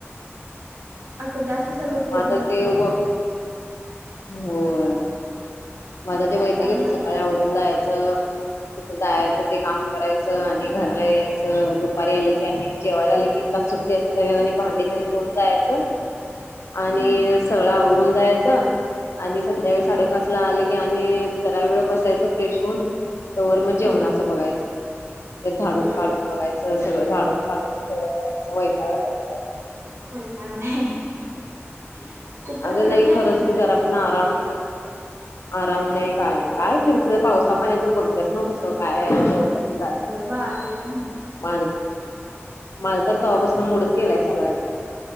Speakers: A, on the right; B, on the left.
A: आता जास्त सगळं फोनवरच
B: मात्र ते
A: आहेत
B: उघं,
A: का?
B: होय. माझं ते वैताग
A: काय
B: येतो.
A: म्हणालता?
B: सकाळी आवरून जायचं. तिथ जायाचं ते काम करायचं आणि घरला यायचं. दुपारी आली की आणि जेवायला आले की तास सुट्टी आहेत संगळ्याजनी भांडी त्यान धुऊून जायचं आणि
A: हम्म.
B: सगळं आवरून जायचं. आणि संध्याकाळी साडेपाच
A: हा.
B: ला आले की आणि जरा वेळ बसायचं फ्रेश होऊन, तवर मग जेवणाचं
A: हा.
B: बघायचं. ते झाडून
A: हो
B: काडून बघायचं, सगळं झाडाला पाणी सगळं करायचं, वैताग आला सगळा
A: वैताग आला आहे. कुठ तर
B: अगं
A: फिरून
B: नाही
A: या
B: खरंच
A: कि मग
B: की जरा पण आराम नाय, आराम नाही काय नाही काय फिर पावसा पाण्याचं बघतेस ना कसं काय आहे. <unintelligible>
A: होय बा, ते पण आहे.
B: <unintelligible> माझ त तव्हापासून मुडच गेलाय. सगळ्याचा.